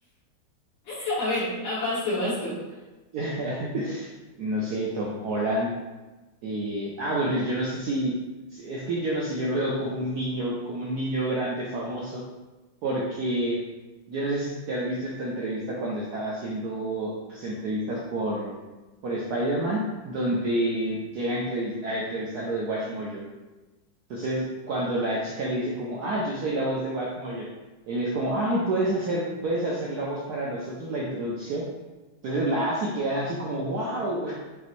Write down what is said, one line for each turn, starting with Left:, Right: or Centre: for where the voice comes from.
Left: <laughs> A ver, ah, vas tú, vas tú.
Right: <laughs> No sé, Tom Holland. eh, ah, bueno, yo no sé si. Es que yo no sé, yo lo veo como un niño, como un niño grande famoso. porque yo no sé si te has visto esta entrevista cuando estaba haciendo pues entrevistas por, por Spider-Man, donde llega a, entrevi- a entrevistar lo de Watch Mojo. Entonces, cuando la chica le dice como, ah, yo soy la voz de Watch Mojo, él es como, ay, puedes hacer, puedes hacer la voz para nosotros, la introducción. Entonces la hace y quedan así como, wow,